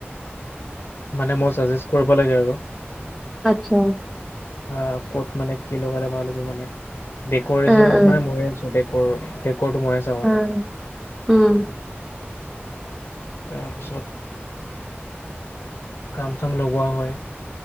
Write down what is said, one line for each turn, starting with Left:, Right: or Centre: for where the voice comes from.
Left: মানে মোৰ চাজেষ্ট কৰিব লাগে আৰু
Centre: আৰ্টচা।
Left: আহ, ক'ত মানে কি লগালে ভাল হ'ব মানে ডেক'ৰেচনত
Centre: অ' অ'।
Left: মানে ময়ে আছো। দেকৰ ক'ত সোমাই আছা মানে।
Centre: অ', উম
Left: তাৰপিছত কাম চাম লগোৱা হয়।